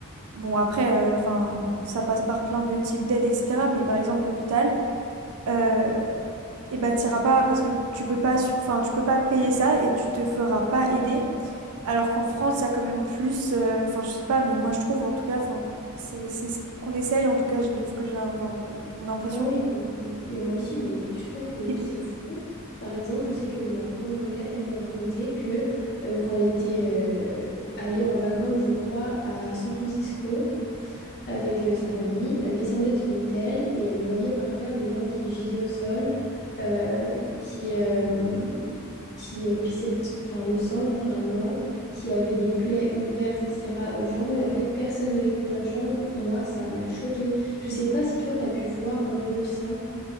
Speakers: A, on the right; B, on the left.
A: Bon, après, euh, enfin, ça passe par plein de types d'aides, etc. Mais par exemple, l'hôpital, euh, eh ben, t'iras pas parce que tu peux pas, enfin, tu peux pas payer ça et tu te feras pas aider. Alors qu'en France, ça a quand même plus, euh, enfin, je sais pas, mais moi je trouve, en tout cas, enfin, c'est c'est ce qu'on essaye, en tout cas, de ce que j'ai, enfin, de mon impression.
B: Ah oui, non, mais, mais moi aussi, mais je trouve que
A: Et des-
B: c'est fou. Par exemple, je sais que ma prof d'anglais, elle me racontait que euh, quand elle était euh, allée en vacances, je crois, à San Francisco, avec euh, sa famille. Elle descendait de son hôtel et elle voyait par terre des gens qui gisaient au sol, euh, qui, euh, qui euh, pissaient le, t- enfin, le sang littéralement, qui avaient des plaies ouvertes, etc. aux gens, mais en fait, personne ne les prenait en charge. Moi, ça m'a choquée. Je sais pas si toi, tu as pu voir un peu ça.